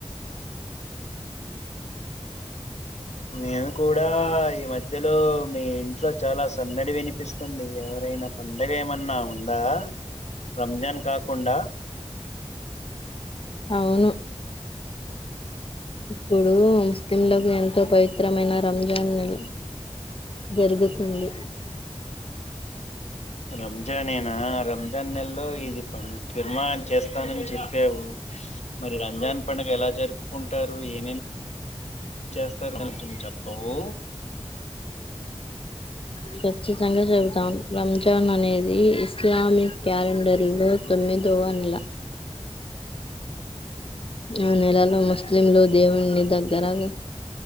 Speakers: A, on the left; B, on the left.
A: నేను కూడా
B: రా
A: ఈ మధ్యలో మీ ఇ ట్లో చాలా సందడి వినిపిస్తుంది ఎవరైనా పండగ ఏమన్నా ఉందా రంజాన్ కాకుండా
B: అవును ఇప్పుడు ముస్లింలకు ఎంతో పవిత్రమైన రంజాన్ నెల జరుగుతుంది
A: రంజాన్ ఏనా రంజాన్ నెలలో ఇది పం ఫిర్మా అని చేస్తానని చె ప్పేవు మరి రంజాన్ పండుగ ఎలా జరుపుకుంటారు ఏమేమ్ చేస్తారు కొంచెం చెప్పవు.
B: ఖచ్చితంగా చెబుతాం రంజాన్ అనేది ఇస్లామిక్ క్యాలెండర్లో తొమ్మిదవ నెల ఆ నెలలో ముస్లింలు దేవున్నిదగ్ రగ